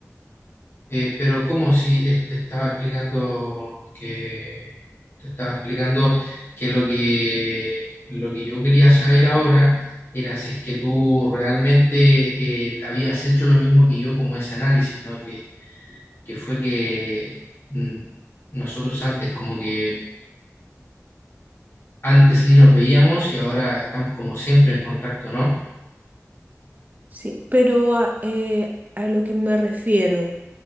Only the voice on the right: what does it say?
Sí, pero a, eh, a lo que me refiero,